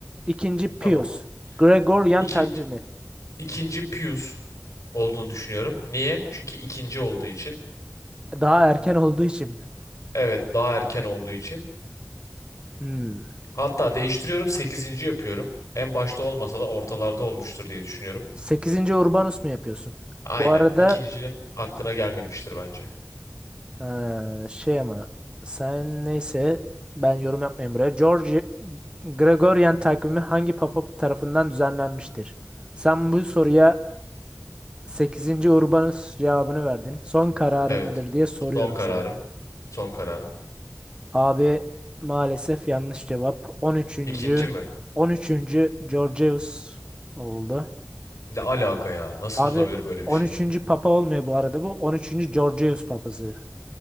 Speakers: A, on the right; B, on the left.
A: ikinci Pius.
B: Tamam.
A: Gregorian
B: İkinci,
A: takvimi.
B: ikinci Pius olduğunu düşünüyorum. Niye? Çünkü ikinci olduğu için.
A: Daha erken olduğu için mi?
B: Evet daha erken olduğu için.
A: Hmm.
B: Hatta değiştiriyorum sekizinci yapıyorum. En başta olmasa da ortalarda olmuştur diye düşünüyorum.
A: Sekizinci Urbanus mu yapıyorsun?
B: Aynen.
A: Bu arada
B: İkincinin aklına gelmemiştir bence.
A: eee, şey ama sen neyse ben yorum yapmayayım buraya. George Gregorian takvimi hangi papa tarafından düzenlenmiştir? Sen bu soruya sekizinci Urbanus cevabını verdin. Son kararın
B: Evet.
A: mıdır diye soruyorum
B: Son kararım.
A: sana.
B: Son kararım.
A: Abi maalesef yanlış cevap. On üçüncü
B: İkinci mi?
A: on üçüncü Georgius oldu.
B: Ne alaka ya? Nasıl
A: Abi
B: olabilir böyle bir
A: on
B: şey
A: üçüncü
B: ya?
A: papa olmuyor bu arada bu. on üçüncü Georgius papası.